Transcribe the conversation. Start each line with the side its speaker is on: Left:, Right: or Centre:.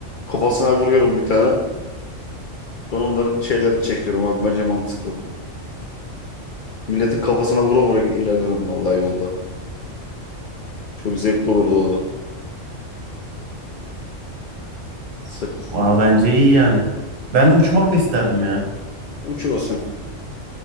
Left: kafasına vuruyorum bir tane. Sonra onların şeylerini çekiyorum abi. Bence mantıklı. Milletin kafasına vura vura gid- ilerlerim vallahi yolda. Çok zevkli olurdu o da. Sırf
Right: Aa, bence iyi yani. Ben uçmak da isterdim ya.
Left: uçuyorsun.